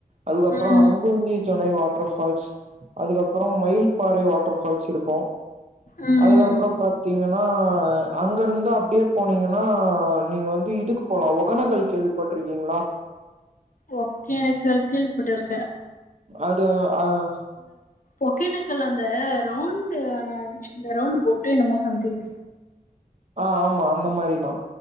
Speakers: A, on the right (about 50°); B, on the left (about 60°).
A: அதுக்கப்புறோ
B: ம்
A: அங்குந்தி ஜோனை வாட் வாட்டர் ஃபால்ஸ் அதுக்கப்புறோ மயில்பாறை வாட்டர் ஃபால்ஸ் இருக்கும்
B: ம்
A: அதுக்கப்புறோ பாத்தீங்க ஆ அங்க இருந்த அப்படியே போனீங்கன்னா நீங்க வந்து இதுக்கு போலா ஒகனக்கல் கேள்விப்பட்டிருக்கீங்களா
B: ஒகனக்கல் கேள்விப்பட்டு இருக்கேன்
A: அது அஹ்
B: ஓக்கேனக்கல்ல அந்த ரவுண்டு ஆன ச்சு இந்த ரவுண்ட் போட்டு என்னமோ சம்திங்
A: ஆஹ் ஆமா இந்தந்த மாரி தான்